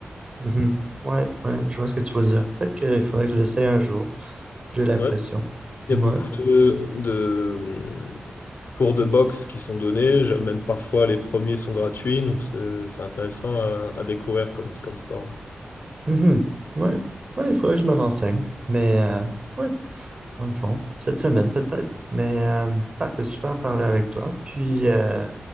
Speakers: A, on the right; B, on the left.
A: mhm. Ouais, ouais, je vois ce que tu veux dire. Peut-être qu'il faudrait que je l'essaie un jour. J'ai l'impression.
B: Ouais, Il
A: Ouais.
B: y a beaucoup de, de cours de boxe qui sont donnés, Je- même parfois les premiers sont gratuits, donc c'est c'est intéressant à, à découvrir comme, comme sport.
A: Mhm. Ouais. Ouais, il faudrait que je me renseigne. Mais euh, ouais, dans
B: Mm.
A: le fond, cette semaine peut-être. Mais euh, bah, c'était super de parler avec toi. Puis euh,